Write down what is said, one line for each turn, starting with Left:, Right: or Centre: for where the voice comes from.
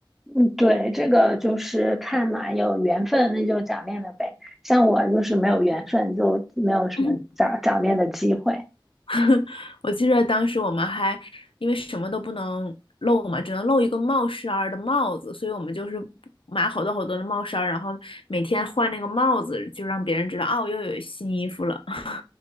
Centre: 嗯，对，这个就是看嘛，有缘分那就早恋了呗。像我就是没有缘分，就没有什么早早恋的机会。
Left: <laughs> <laughs> 我记着当时我们还因为什么都不能露嘛，只能露一个帽衫儿的帽子，所以我们就是买好多好多的帽衫儿，然后每天换那个帽子，就让别人知道哦，我又有新衣服了。<laughs>